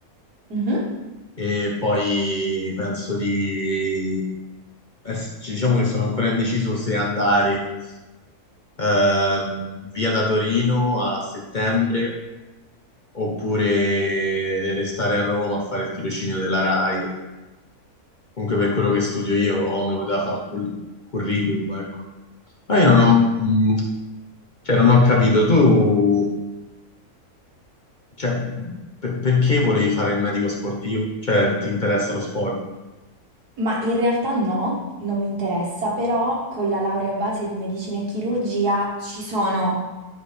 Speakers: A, on the right; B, on the left.
A: Mhm.
B: e poi penso di... es- Diciamo che sono ancora indeciso se andare ehm, via da Torino a settembre oppure restare a Roma a fare il tirocinio della RAI. comunque per quello che studio io mi poteva fare cur- curriculum, ecco. Ma io non ho, mh, cioè, non ho capito, tu, cioè, mh, per- perché volevi fare il medico sportivo? Cioè, ti interessa lo sport?
A: Ma in realtà no, non mi interessa, però con la laurea a base di medicina e chirurgia ci sono